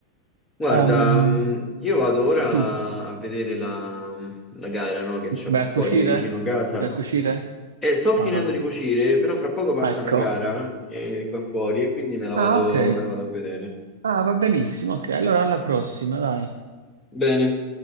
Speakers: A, on the left; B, on the right.
A: Guarda,
B: Ehm,
A: mh, io vado ora
B: sì.
A: a vedere la, la gara, no, che c'ho qui
B: Vai
A: fuori
B: a cucire?
A: vicino casa
B: Vai a cucire?
A: e sto finendo
B: Ah, no.
A: di cucire, però fra poco passa
B: Ecco.
A: una gara eh, qua fuori e quindi me la
B: Ah,
A: vado,
B: ok.
A: me la vado a vedere.
B: Ah, va benissimo. Ok, allora alla prossima, dai.
A: Bene.